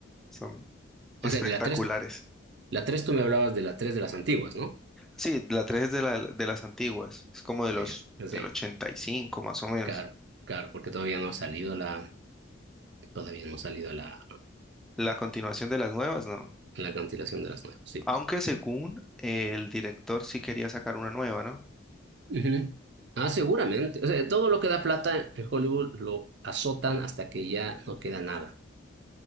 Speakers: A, in the centre; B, on the right.
A: Son espectaculares.
B: O sea, de la tres, la tres tú me hablabas de la tres de las antiguas, ¿no?
A: Sí, la 3 es de, la, de las antiguas, es como de
B: Ah,
A: los
B: ya. O sea,
A: del 85 más o menos.
B: claro, claro, porque todavía no ha salido la, todavía no ha salido la,
A: La continuación de las nuevas, no.
B: la cancelación de las nuevas, sí, pues.
A: Aunque según eh, el director sí quería sacar una nueva, ¿no?
B: Ujú. Ah, seguramente. O sea, todo lo que da plata en Hollywood lo azotan hasta que ya no queda nada.